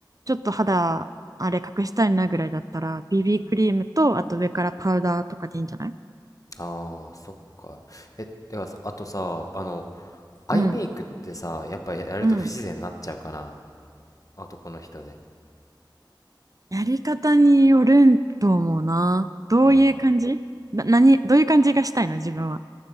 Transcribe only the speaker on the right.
ちょっと肌あれ隠したいなぐらいだったら BB クリームとあと上からパウダーとかでいいんじゃない
うん
うん
やり方によるんと思うなどういう感じな何どういう感じがしたいの自分は